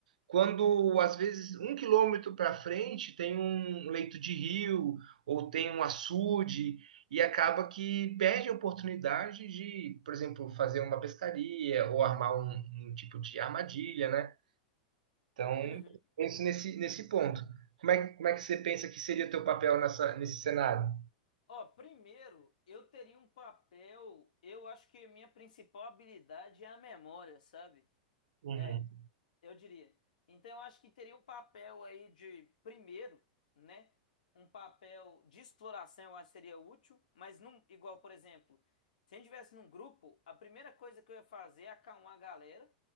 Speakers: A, on the right; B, on the left.
A: quando às vezes um quilômetro para frente tem um leito de rio ou tem um açude e acaba que perde a oportunidade de, por exemplo, fazer uma pescaria ou armar um, um tipo de armadilha, né? Então,
B: uhum.
A: penso nesse, nesse ponto. Como é, que- como é que você pensa que seria o teu papel nessa, nesse cenário?
B: Ó, primeiro, eu teria um papel. Eu acho que minha principal habilidade é a memória, sabe?
A: Uhum.
B: É, eu diria. Então, eu acho que teria um papel aí de, primeiro, né? Um papel de exploração, eu acho que seria útil, mas não igual, por exemplo, se a gente estivesse num grupo, a primeira coisa que eu ia fazer é acalmar a galera